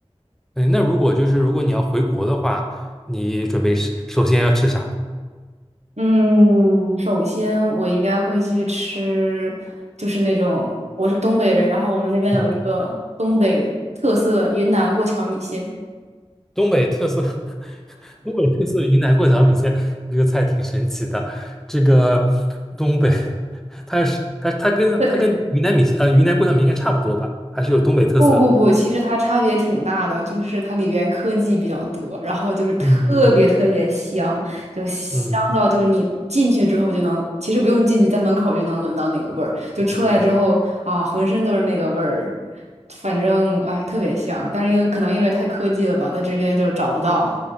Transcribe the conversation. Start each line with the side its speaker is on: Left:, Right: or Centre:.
Centre: 哎，那如果就是如果你要回国的话，你准备是首先要吃啥？
Right: 嗯，首先我应该会去吃，就是那种我是东北人，然后我们那边有一个东北特色云南过桥米线，
Centre: 嗯，东北特色，<laughs> 东北特色云南过桥米线，这个菜挺神奇的。这个东北，它是它它跟它跟云南米线呃云南过桥米线应该差不多吧？
Right: <laughs>
Centre: 还是有东北特色。
Right: 不不不，其实它差别挺大的，就是它里边科技比较多，然后就是特别特别香，
Centre: 嗯嗯
Right: 就香到就是你进去之后就能，
Centre: 嗯。
Right: 其实不用进去，在门口就能闻到那个味儿，就出来之后啊，
Centre: 嗯，
Right: 浑身都是那个味儿，反正哎特别香，但是因为可能因为太科技了吧，在这边就找不到，